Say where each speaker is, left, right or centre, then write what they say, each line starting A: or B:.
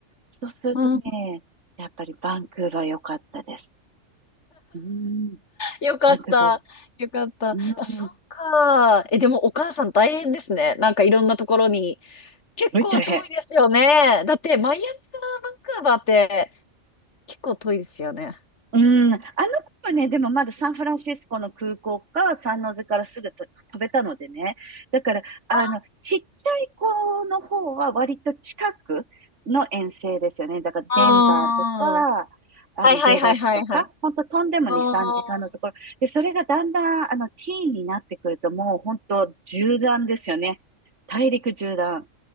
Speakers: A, on the right; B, on the left.
A: そうするとね、
B: うん。うん
A: やっぱりバンクーバー良かったです。うん、
B: よかった。
A: バンクーバーいい、
B: よかった。
A: うん、
B: あ、そっか。
A: す
B: え、でもお母さん大変ですね。なんかいろんなところに。結構遠いですよね。
A: ごい大変。
B: だってマイアミからバンクーバーって結構遠いですよね。
A: うん、あの子はね、でもまだサンフランシスコの空港か、サンノゼからすぐと飛べたのでね。だから、あの、
B: あ
A: ちっちゃい子の方は割と近くの遠征ですよね。だから、
B: あ。
A: デンバーとか、あの、
B: はいはいはいはいはい。
A: ベガスとか、ほんと飛んでも2、
B: あ
A: 3時間のところ。
B: あ。
A: で、それがだんだん、あの、ティーンになってくると、もう本当縦断ですよね。大陸縦断。